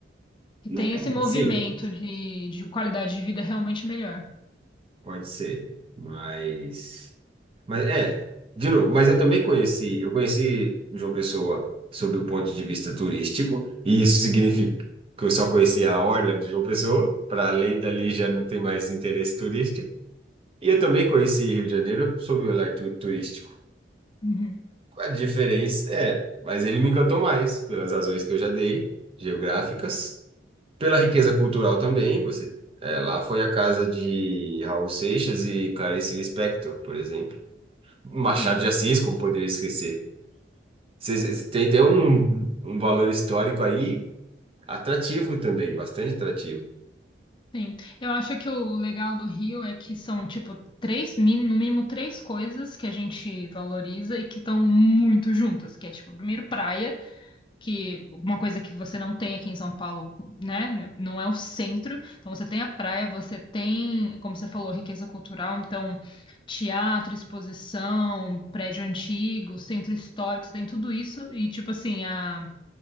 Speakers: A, on the left; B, on the right.
A: Que
B: Né,
A: tem
B: é,
A: esse movimento
B: Sim,
A: de, de qualidade de vida realmente melhor.
B: pode ser. Mas, mas é, de novo, mas eu também conheci, eu conheci João Pessoa sob o ponto de vista turístico, e isso significa que eu só conhecia a orla de João Pessoa, para além dali já não tem mais interesse turístico. E eu também conheci Rio de Janeiro sob o olhar tu- turístico.
A: Uhum.
B: A diferença é, mas ele me encantou mais pelas razões que eu já dei, geográficas. pela riqueza cultural também, você é, lá foi a casa de Raul Seixas e Clarice Lispector, por exemplo. Machado
A: Sim,
B: de Assis, como poderia esquecer. Cê- cê- Tem, tem um, um valor histórico aí atrativo também, bastante atrativo.
A: sim. Eu acho que o legal do Rio é que são, tipo, três, mi- no mínimo três coisas que a gente valoriza e que estão muito juntas, que é, tipo, primeiro praia, que uma coisa que você não tem aqui em São Paulo, né? n- Não é o centro. Então você tem a praia, você tem, como você falou, riqueza cultural, então teatro, exposição, prédio antigo, centro histórico, você tem tudo isso e tipo assim, a